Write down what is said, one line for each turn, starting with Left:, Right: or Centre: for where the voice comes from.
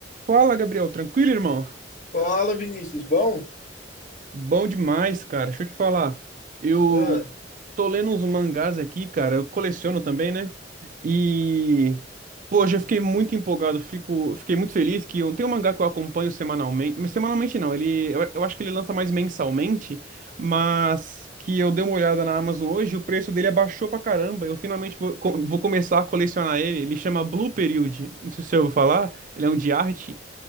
Right: Fala, Gabriel. Tranquilo, irmão?
Left: Fala, Vinícius, bom?
Right: Bom demais, cara. Deixa eu te falar. Eu
Left: Ah,
Right: tô lendo uns mangás aqui, cara. Eu coleciono também, né? E, pô, já fiquei muito empolgado. Fico, fiquei muito feliz que eu- tem um mangá que eu acompanho semanalmente. mas Semanalmente não, ele, eu, eu acho que ele lança mais mensalmente, mas que eu dei uma olhada na Amazon hoje, o preço dele abaixou pra caramba. Eu finalmente vou, co- vou começar a colecionar ele. Ele chama Blue Period. Não sei se você ouviu falar. Ele é um de arte.